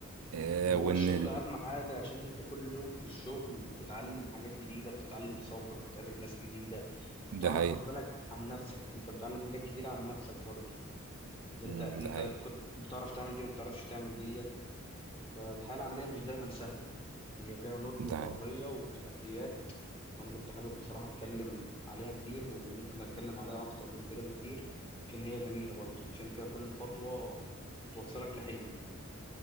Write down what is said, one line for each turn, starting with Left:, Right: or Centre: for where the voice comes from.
Right: اه
Left: هو
Right: وان
Left: الشغل
Right: ال...
Left: أهم حاجة عشان أنت كل يوم في الشغل بتتعلم حاجات جديدة بتتعلم صبر بتقابل ناس جديدة بتعرف
Right: ده حقيقة
Left: خد بالك عن نفسك يعني أنت بتتعلم حاجات كتيرة عن نفسك برضه اللي
Right: مم،
Left: أنت أنت
Right: ده حقيقة
Left: كنت بتعرف تعمل دي وما بتعرفش تعمل ديت فالحياة العملية مش دايما سهلة هي فيها نضج
Right: ده
Left: وحرية
Right: حقيقة
Left: وتحديات وأنا كنت حابب بصراحة أتكلم عليها كتير وممكن أتكلم عليها أكتر من كده بكتير عشان هي جميلة برضه عشان فيها كل خطوة توصلك لحلمك